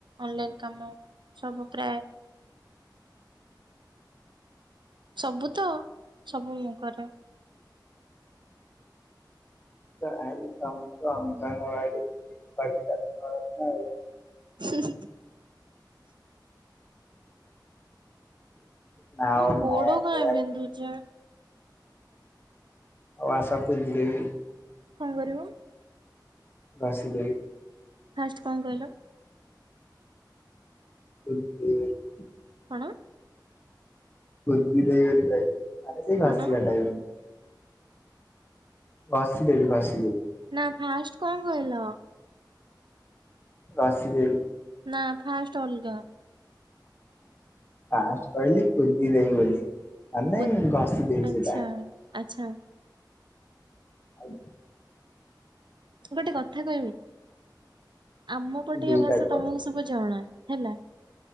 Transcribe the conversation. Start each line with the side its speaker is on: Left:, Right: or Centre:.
Right: ଅନଲାଇନ କାମ ସବୁ ପ୍ରାୟ। ସବୁତ ସବୁ ମୁଁ କରେ।
Left: ଆଉ ତମକୁ ଅଙ୍ଗନବାଡ଼ି ଦିଦି କାହିଁକିନା ସତକଥା ଆଉ।
Right: ହୁଁଉଁ ହଃ ହଃ।
Left: ନାଓ
Right: ମୋ
Left: ନାଏ।
Right: ଗୋଡ କାଇଁ ବିନ୍ଧୁଛି?
Left: ଆଉ ଆସ କୁୁଦିଦେବି।
Right: କଣ କରିବ?
Left: ଘଷି ଦେବି।
Right: ଫାଷ୍ଟ କଣ କହିଲ?
Left: କୁଦିଦେବି।
Right: କଣ?
Left: କୁଦିଦେବୀ ବୋଲି କହିଁଲି ଆରେ ସେଇ ଘଷିବା
Right: କଣ
Left: ଟାଇପର। ଘଷିଦେବି ଘଷିଦେବି।
Right: ନାଁ ଫାଷ୍ଟ କଣ କହିଲ?
Left: ଘଷିଦେବି।
Right: ନାଁ ଫାଷ୍ଟ ଅଲଗା।
Left: ଫାଷ୍ଟ କହିଲି କୁଦିଦେବି ବୋଲି ମାନେ
Right: କୁଦ୍
Left: ଘଷିଦେବି
Right: ଆଚ୍ଛା
Left: ସେଟା।
Right: ଆଚ୍ଛା।
Left: ଆଉ କଣ?
Right: ଗୋଟେ କଥା କହିବି? ଆମ ପଟିଆ
Left: ଦିଟାକ
Right: ଭାଷା ତମକୁ ସବୁ ଜଣା ହେଲା?